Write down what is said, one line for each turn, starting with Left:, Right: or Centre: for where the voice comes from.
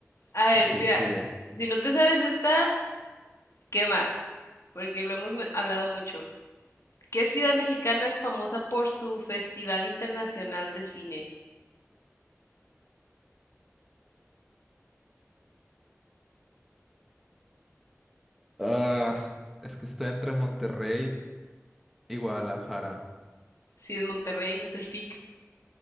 Left: A ver,
Centre: Ok,
Left: mira,
Centre: sigue.
Left: si no te sabes esta, qué mal, porque lo hemos me- hablado mucho. ¿Qué ciudad mexicana es famosa por su Festival Internacional de Cine?
Centre: Ah, es que estoy entre Monterrey y Guadalajara.
Left: Sí, es Monterrey, es el FIC.